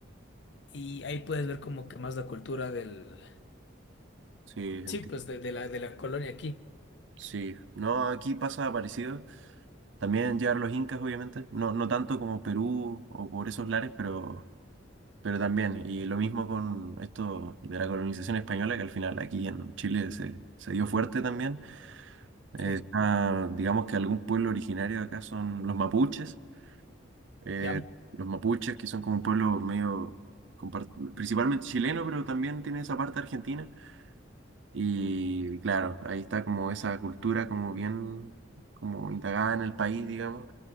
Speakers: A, on the left (about 60°); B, on the right (about 70°).
A: y ahí puedes ver como que más la cultura del...
B: sí, entiendo.
A: Sí, pues de, de la, de la colonia aquí.
B: Sí, no, aquí pasa parecido. También llegaron los incas, obviamente. No, no tanto como Perú o por esos lares, pero, pero también. Y lo mismo con esto de la colonización española, que al final aquí en Chile se, se dio fuerte también. Eh,
A: Sí,
B: está, digamos que algún pueblo originario de acá son los mapuches. Eh,
A: ya.
B: los mapuches, que son como un pueblo medio compart- principalmente chileno, pero también tiene esa parte argentina. Y claro, ahí está como esa cultura como bien como indagada en el país, digamos.